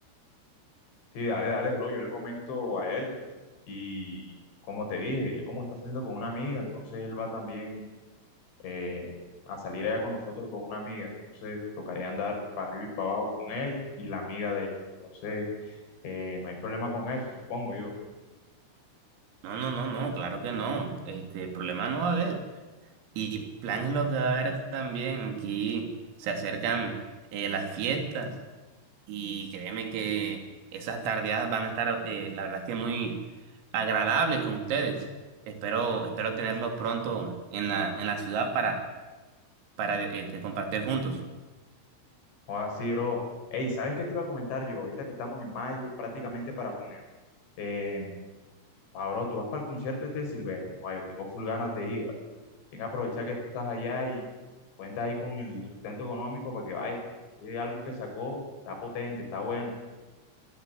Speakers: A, on the left; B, on the right.
A: Sí, dale, dale, bro. Yo le comento a él. Y como te dije, él como está saliendo con una amiga, entonces él va también eh, a salir allá con nosotros con una amiga. Entonces tocaría andar para arriba y para abajo con él y la amiga de él. Entonces eh, no hay problema con eso, supongo yo.
B: No, no, no, no, claro que no. Este problema no va a haber. Y plan es lo que va a haber también. Aquí se acercan eh, las fiestas y créeme que esas tardeadas van a estar, eh, la verdad es que muy agradables con ustedes. Espero, espero tenerlos pronto en la, en la ciudad para, para este, compartir juntos.
A: O así, bro. Ey, ¿sabes qué te iba a comentar yo? Ahorita que estamos en mayo, prácticamente para junio. Em, Ah, bro, tú vas para el concierto este de Silvestre. Ay, yo tengo full ganas de ir, ¿vale? Tienes que aprovechar que tú estás allá y cuenta ahí con el sustento económico para que vayas, porque ese álbum que sacó está potente, está bueno.